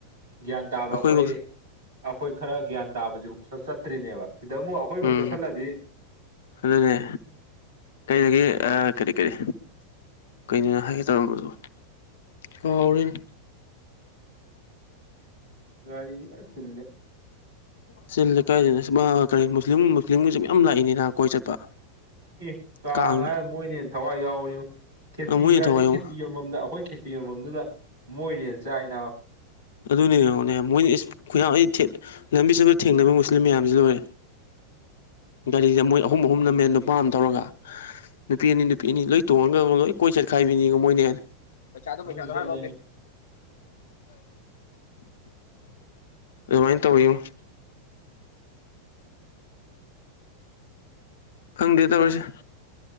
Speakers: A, on the right; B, on the left.
A: ꯒ꯭ꯌꯥꯟ ꯇꯕꯔꯥ
B: ꯑꯩꯈꯣꯏꯕꯧ
A: ꯑꯩꯈꯣꯏ ꯑꯩꯈꯣꯏ ꯈꯔ ꯒ꯭ꯌꯥꯟ ꯇꯥꯕꯁꯤꯐꯥꯎ ꯆꯠ ꯆꯠꯇ꯭ꯔꯤꯅꯦꯕ ꯁꯤꯗ ꯃꯨꯛ ꯑꯩꯈꯣꯏ ꯑꯃꯨꯛ
B: ꯎꯝ
A: ꯆꯠꯁꯤꯜꯂꯗꯤ
B: ꯑꯗꯨꯅꯦ ꯀꯩꯗꯒꯤ ꯑ ꯀꯔꯤ ꯀꯔꯤ ꯀꯩꯅꯣ ꯍꯥꯏꯒꯦ ꯇꯧꯔꯝꯕꯗꯣ ꯀꯥꯎꯔꯦꯅꯦ
A: ꯒꯔꯤꯖꯦ ꯐꯖꯟ ꯆꯤꯟꯂꯦ
B: ꯆꯤ ꯂꯦ ꯀꯥꯏꯗꯩꯅꯣ ꯑꯁꯃꯥ‌ ꯀꯔꯤ ꯃꯨꯁꯂꯤꯝ ꯃꯨꯁꯂꯤꯝꯒꯤꯁꯨ ꯃꯌꯥꯝ ꯂꯥꯛꯏꯅꯦ ꯅ ꯀꯣꯏ ꯆꯠꯄ
A: ꯑꯦ ꯀꯥꯡ
B: ꯀꯥꯡꯅꯦ
A: ꯍꯥꯏꯔ ꯃꯣꯏꯅ ꯍꯦꯟꯅ ꯊꯋꯥꯏ ꯌꯥꯎꯕꯅꯦꯉꯣ ꯈꯦꯆꯤ
B: ꯃꯣꯏꯅ
A: ꯒꯥꯁꯦ
B: ꯊꯋꯥꯏ ꯌꯥꯎ
A: ꯈꯦꯆꯤ ꯌꯣꯟ ꯃꯝꯗ ꯑꯩꯈꯣꯏ ꯈꯦꯁꯤ ꯌꯣꯟꯕꯝꯗꯨꯗ ꯃꯣꯏꯅ ꯍꯦꯟꯅ ꯆꯥꯏꯅ ꯅꯕꯥ
B: ꯑꯗꯨꯅꯦ‌ ꯌꯦꯡꯉꯨꯅꯦ ꯃꯣꯏꯅ ꯏꯁ ꯈꯨꯌꯥꯟ ꯑꯩ ꯊꯦ ꯂꯝꯕꯤ ꯆꯠꯄꯗ ꯊꯦꯡꯅꯕ ꯃꯨꯁꯂꯤꯟ ꯃꯌꯥꯝꯖꯦ ꯂꯣꯏꯔꯦ ꯒꯥꯔꯤꯗ ꯃꯣꯏ ꯑꯍꯨꯝ ꯑꯍꯨꯝ ꯅꯝꯃꯦ ꯅꯨꯄꯥ ꯑꯃ ꯊꯧꯔꯒ ꯅꯨꯄꯤ ꯑꯅꯤ ꯅꯨꯄꯤ ꯑꯅꯤ ꯂꯣꯏ ꯇꯣꯡꯉꯒꯉꯣ ꯂꯣꯏ ꯀꯣꯏ ꯆꯠꯈꯥꯏꯕꯤꯅꯤꯉꯣ ꯃꯣꯏꯅ ꯍꯦꯟ ꯄꯩꯁꯥꯗꯣ
A: ꯃꯣꯏꯁꯨ
B: ꯄꯩꯁꯥꯗꯣ
A: ꯆꯠꯂꯦꯃꯤ
B: ꯍꯥꯏꯔꯣ ꯂꯥꯎꯁꯦ <unintelligible> ꯑꯗꯨꯃꯥꯏꯟ ꯇꯧꯋꯦꯉꯣ ꯈꯪꯗꯦ ꯇꯧꯔꯤꯁꯦ